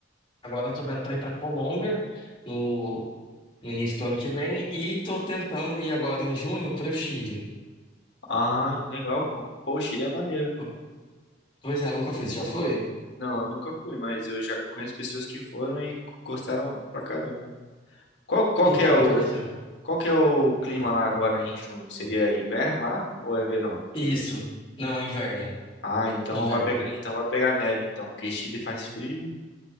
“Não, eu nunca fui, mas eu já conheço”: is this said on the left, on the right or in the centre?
Left